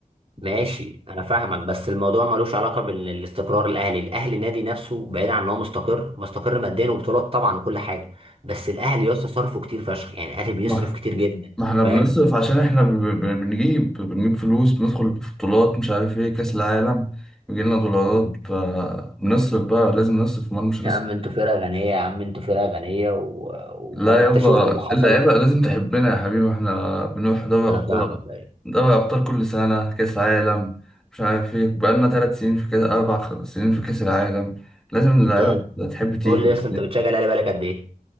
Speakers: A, on the right (about 40°); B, in the centre.
A: ماشي انا فاهمك بس الموضوع ملوش علاقه بالاستقرار الاهلي الاهلي نادي نفسه بعيد عن ان هو مستقر مستقر ماديا وبطولات طبعا وكل حاجه بس الاهلي يا اسطى صرفه كتير فشخ يعني الاهلي بيصرف
B: ما
A: كتير جدا
B: ما احنا
A: فاهم
B: بنصرف عشان احنا ب- ب- بنجيب بنجيب فلوس بندخل في بطولات مش عارف ايه كاس العالم بيجي لنا دولارات
A: مم.
B: فبنصرف بقى لازم نصرف امال مش
A: يا
B: هنصرف
A: عم انتوا فرقه غنيه يا عم انتوا فرقه غنيه و... وما
B: لا
A: انت
B: يابا
A: شفت اللي حصل
B: اللعيبه لازم تحبنا يا حبيبي احنا بنروح دوري ابطال
A: انا فاهمك ايوه
B: دوري ابطال كل سنه كاس عالم مش عارف ايه بقالنا ثلاث سنين في كاس اربع خ- سنين في كاس العالم لازم اللعيبه
A: انت انت
B: تحب تيجي
A: قول لي يا اسطى انت بتشجع الاهلي بقالك قد ايه